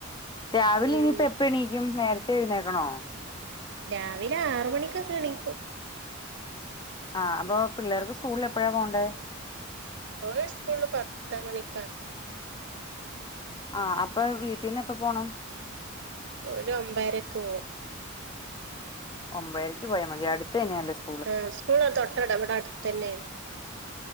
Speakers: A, on the left; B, on the right.
A: രാവിലെ
B: ഉം
A: ഇനിയിപ്പ എ പ്പണീക്കും, നേരത്തെ എഴുന്നേക്കണോ
B: രാവിലെ ആറ് മണിക്കൊക്കെ എണീക്കും
A: ആഹ് അപ്പോ പിള്ളേർക്ക് സ്കൂളില് എപ്പോഴാ പോണ്ടേ
B: ഓല സ്കൂളില് പത്ത് മണിക്കാണ്
A: ആഹ് അപ്പൊ വീട്ടിന്ന് എപ്പോ പോണം
B: ഒരു ഒമ്പയരക്ക് പോവും
A: ഒമ്പയരക്ക് പോയാ മതി അടുത്തന്നെയാല്ലേ സ്കു
B: ആഹ് സ്കൂള് തൊട്ടട ഇവിടടുത്ത്ന്നെയാണ്